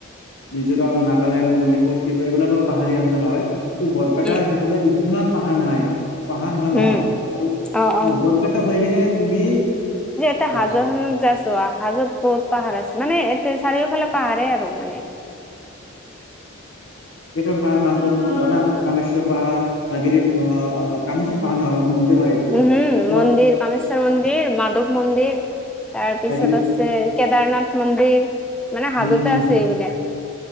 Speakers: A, on the left; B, in the centre.
A: মিজোৰাম, নাগালেণ্ড, মণিপুৰ, ত্ৰিপুৰা, এইবিলাকক পাহাৰী অঞ্চল হয়, কিন্তু বৰপেটা
B: উম
A: সেইফালে ইমান পাহাৰ নাই। পাহাৰ সিমান
B: উম
A: নহয়, আৰু
B: অ অ
A: বৰপেটা হৈ কেনে তুমি
B: এ
A: চোৱা,
B: হাজোখনত যাইছো, হাজোত বহুত পাহাৰ মানে এ চাৰিওফালে পাহাৰে আৰু মানে
A: কেইটামান পাহাৰৰ নাম কোৱাচোন, জানানে তুমি, কমেশ্বৰ পাহাৰ, হয়গ্ৰীৱ অ' কামেশ্বৰ পাহাৰ নহয়, সেইটো মন্দিৰ হয়।
B: উম উম,
A: তোমাৰ
B: মন্দিৰ কামেশ্বৰ মন্দিৰ, মাধৱ মন্দিৰ তাৰপিছত
A: হাগিৰি।
B: আছে কেদাৰনাথ মন্দিৰ, মানে হাজোঁতে
A: উম উম।
B: আছে এইবিলাক।